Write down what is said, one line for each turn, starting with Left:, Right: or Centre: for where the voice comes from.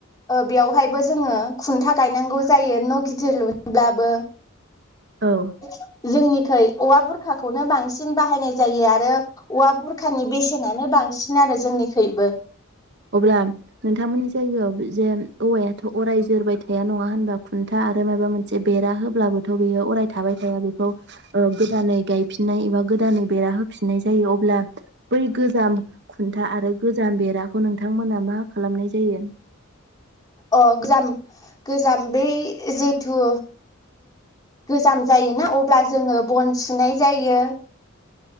Left: बेयावहायबो जोङो खुन्था गायनांगौ जायो न' गिदिर लुनोब्लाबो
Right: औ
Left: <inaudible> जोंनिखै औवा बुरखाखौनो बांसिन बाहायनाय जायो आरो औवा बुरखानि बेसेनानो बांसिन आरो जोंनिखैबो
Right: अब्ला नोंथांमोननि जायगायाव जे औवायाथ' अराय जोरबाय थाया नङा होनबा खुन्था आरो माबा मोनसे बेरा होब्लाबोथ' बेयो अराय थाबाय थाया बेखौ गोदानै गायफिननाय एबा गोदानै बेरा होफिननाय जायो अब्ला बै गोजाम खुन्था आरो गोजाम बेराखौ नोंथांमोना मा खालामनाय जायो?
Left: अ गोजाम गोजाम बे जेथु गोजाम जायोना अब्ला जोङो बन सुनाय जायो